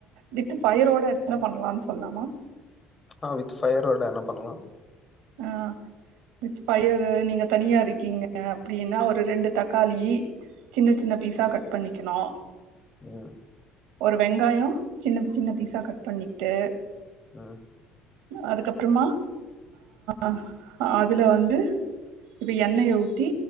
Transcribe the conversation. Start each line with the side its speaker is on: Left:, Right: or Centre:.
Right: வித் பஃயரோட என்ன பண்ணலாம்னு சொல்லாமா
Left: ஆ வித் ஃபயர்ரோட என்ன பண்லா
Right: ஆ வித் பயர் நீங்க தனியா இருக்கீங்க அப்படின்னா ஒரு ரெண்டு தக்காளி சின்ன சின்ன பீஸா கட் பண்ணிக்கணு
Left: ம்
Right: ஒரு வெங்காயம் சின்ன சின்ன பீஸா கட் பண்ணிட்டு
Left: ம்
Right: அதுக்கப்புறமா அப்அதுல வந்து இப்ப எண்ணெய ஊத்தி